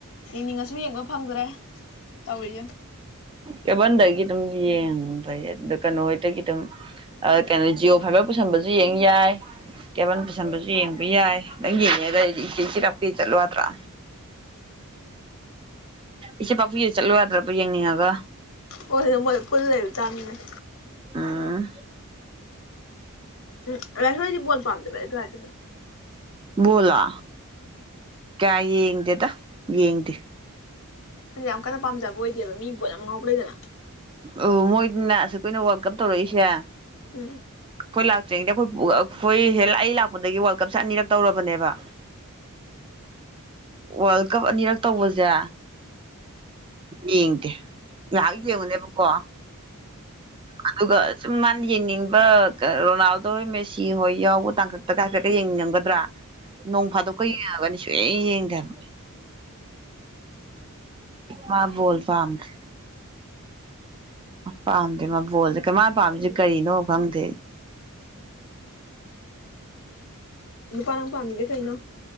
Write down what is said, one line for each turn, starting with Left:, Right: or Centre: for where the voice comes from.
Left: ꯌꯦꯡꯅꯤꯡꯉꯁꯨ ꯌꯦꯡꯕ ꯐꯪꯗ꯭ꯔꯦ ꯇꯧꯒꯦ
Right: ꯀꯦꯕꯜꯗꯒꯤ ꯑꯗꯨꯝ ꯌꯦꯡꯕꯩ ꯑꯗꯨꯗ ꯀꯩꯅꯣ ꯍꯗꯒꯤ ꯑꯗꯨꯝ ꯀꯩꯅꯣ ꯖꯤꯑꯣ ꯐꯥꯏꯚꯔ ꯄꯨꯁꯟꯕꯁꯨ ꯌꯦꯡ ꯌꯥꯏ ꯀꯦꯕꯜ ꯄꯨꯁꯟꯕꯁꯨ ꯌꯦꯡꯕ ꯌꯥꯏ ꯅꯪ ꯌꯦꯡꯉꯦꯗ ꯑꯩꯗꯤ ꯏꯆꯦ ꯆꯤꯔꯥꯛꯄꯤꯤ ꯆꯠꯂꯣꯗ꯭ꯔꯥ ꯏꯆꯦ ꯄꯥꯛꯄꯤꯨ ꯆꯠꯂꯣ ꯌꯥꯗ꯭ꯔꯕ ꯌꯦꯡꯅꯤꯡꯉꯒ
Left: ꯍꯣꯏꯗ ꯃꯣꯏꯗ ꯀꯨꯟ ꯂꯩꯕ ꯆꯥꯃꯤꯅꯅꯤ
Right: ꯑ
Left: ꯎꯝ ꯔ ꯍꯥꯏꯗꯤ ꯣꯣꯟ ꯄꯝꯗꯕ ꯇ ꯍꯥꯏꯗꯅ
Right: ꯣꯂ ꯀꯌꯥꯏꯌꯦ ꯗꯦꯗ ꯌꯦꯌꯦꯗꯤꯤ
Left: ꯍꯟꯗꯤꯛ ꯌꯥꯝ ꯀꯟꯅ ꯄꯥꯝꯖꯕ ꯑꯣꯏꯗꯦꯕ ꯃꯤꯒꯤ ꯄꯣꯠ ꯌꯥꯝ ꯉꯉꯥꯎꯕ ꯂꯩꯗꯅ
Right: ꯑꯣ ꯃꯣꯏꯅ ꯑꯁꯨꯛ ꯑꯩꯈꯣꯏꯅ ꯋꯥꯔꯜꯗ ꯀꯞ ꯇꯧꯔꯛꯏꯁꯦ
Left: ꯎꯝ
Right: ꯑꯩꯈꯣꯏ ꯂꯥꯛꯇ꯭ꯔꯤꯉꯩꯗ ꯑꯩꯈꯣꯏ ꯑꯩꯈꯣꯏ ꯍꯦꯜ ꯑꯩ ꯂꯥꯛꯄꯗꯒꯤ ꯋꯥꯔꯜ ꯀꯞꯁꯦ ꯑꯅꯤꯔꯛ ꯇꯧꯔꯕꯅꯦꯕ ꯋꯥꯔꯜ ꯀꯞ ꯑꯅꯤꯔꯛ ꯇꯧꯕꯁꯦ ꯌꯦꯡꯗꯦ ꯉꯥꯏꯍꯥꯛ ꯌꯦꯡꯉꯨꯅꯦꯕ ꯀꯣ ꯑꯗꯨꯒ ꯁꯨꯝ ꯃꯥꯅ ꯌꯦꯡꯅꯤꯡꯕ ꯔꯣꯅꯥꯜꯗꯣ ꯍꯣꯏ ꯃꯦꯁꯤ ꯍꯣꯏ ꯌꯥꯎꯕ ꯇꯥꯡꯀꯛꯇ ꯀꯥꯏ ꯈꯛꯇ ꯌꯦꯡꯅꯤꯡꯅꯤꯡꯒꯗ꯭ꯔꯥ ꯅꯣꯡ ꯐꯥꯗꯣꯛꯀ ꯌꯦꯡꯉꯒꯅꯤ ꯁꯨꯡ ꯌꯦꯡꯗꯦꯕ ꯃꯥ ꯣꯜ ꯄꯥꯝꯗꯦ ꯄꯥꯝꯗꯦ ꯃꯥ ꯣꯜꯁ ꯃꯥ ꯄꯥꯝꯃꯤꯁꯦ ꯀꯔꯤꯅꯣ ꯈꯪꯗꯦ
Left: ꯑꯗꯨ ꯄꯃꯤꯗꯤꯦ ꯀꯩꯅꯩꯅ